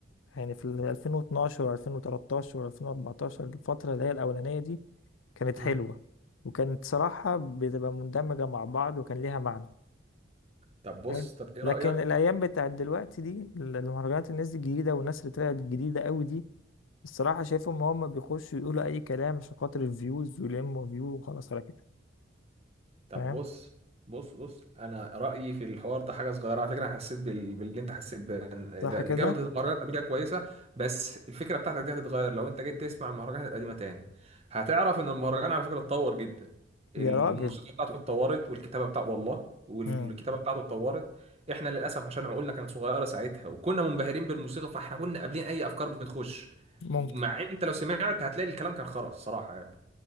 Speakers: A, on the left; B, on the right.
A: يعني في ال 2012 و2013 و2014 الفترة اللي هي الأولانية دي كانت
B: مم.
A: حلوة وكانت صراحة بتبقى مندمجة مع بعض وكان ليها معنى
B: طب بص
A: حلو
B: طب ايه
A: لكن
B: رايك
A: الأيام بتاعت دلوقتي دي المهرجانات الناس دي الجديدة والناس اللي طلعت الجديدة قوي دي الصراحة شايفهم هم بيخشوا يقولوا أي كلام عشان خاطر الفيوز ويلموا فيو وخلاص على كده
B: طب
A: فاهم
B: بص بص بص انا رايي في الحوار ده حاجه صغيره على فكره أنا حسيت بال... باللي انت حسيت بال-
A: صح
B: ده
A: كده
B: ان جوده المهرجانات قبل كده كويسه بس الفكره بتاعتك دي هتتغير لو انت جيت تسمع المهرجانات القديمه تاني هتعرف ان المهرجان على فكره اتطور جدا الموسيقى
A: يا راجل
B: بتاعته اتطورت والكتابه بتاعته والله والكتابه
A: مم.
B: بتاعته اتطورت احنا للاسف عشان عقولنا كانت صغيره ساعتها وكنا منبهرين بالموسيقى فاحنا كنا قابلين اي افكار بتخش
A: ممكن
B: مع ان انت لو سمعت هتلاقي الكلام كان خرا الصراحه يعني